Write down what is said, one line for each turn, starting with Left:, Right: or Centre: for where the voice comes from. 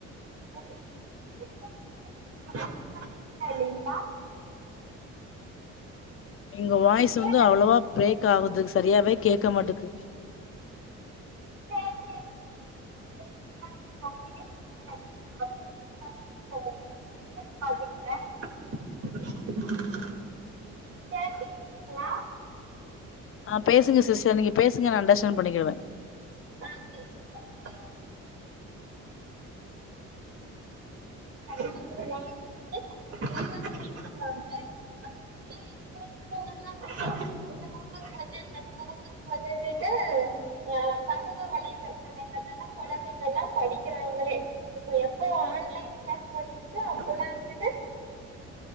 Right: ஹெட் செட் ஹெட் செட் போட்டு தா இருக்கே தெளிவா கேக்குதா இல்லீங்களா
Left: இங்க வாய்ஸ்
Right: கேட்ட
Left: வந்து அவ்ளோவா பிரேக் ஆவுது சரியாவே கேட்க மாட்டுக்கு
Right: செரி செரி சிஸ்டர் இப்போ வரைக்கோ நா இங்க பேசுற அப்புறமேட்டு வந்து ஹெட்செட் மாட்டிக்கிற சிஸ்டர் கேக்குதுங்களா
Left: ஆ பேசுங்க சிஸ்டர் நீங்க பேசுங்க நா அண்டர்ஸ்டாண்ட் பண்ணிக்கிடுவ
Right: ஆ சேரி எங்க ஸ்கூல்லயு <unintelligible> தெளிவா <unintelligible> அப்புறமேட்டு இப்ப இருக்கிறவங்கல்லா வந்து இந்த ஹோம் ஒர்க் பண்ணு அந்த ஹோம் ஒர்க் பண்ணுன்னுட்டு ஆ சமூக வலைதளங்கள்லதா கொழந்தைங்கல்லா படிக்கிறாங்களே இப்ப எப்போ ஆன்லைன் கிளாஸ் வந்துச்சோ அப்பல்லா வந்துட்டு